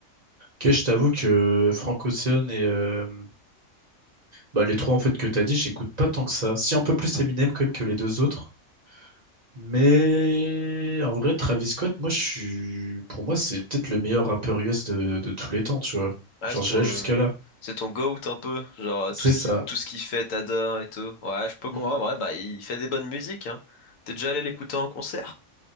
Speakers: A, on the right (about 40°); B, on the left (about 80°).
A: Ok, je t'avoue que Frank Ocean et euh, bah, les trois en fait que t'as dit, j'écoute pas tant que ça. Si un peu plus Eminem quand même que les deux autres. Mais en vrai, Travis Scott, moi, je suis, pour moi, c'est peut-être le meilleur rappeur US de, de tous les temps, tu vois.
B: Ouais,
A: Genre,
B: c'est
A: j'irais
B: ton,
A: jusqu'à là.
B: c'est ton goat un peu, genre euh, tout
A: C'est
B: ce
A: ça.
B: qui, tout ce qu'il fait, t'adores et tout. Ouais, je peux
A: Mm.
B: comprendre. Ouais, bah il fait des bonnes musiques, hein. T'es déjà allé l'écouter en concert?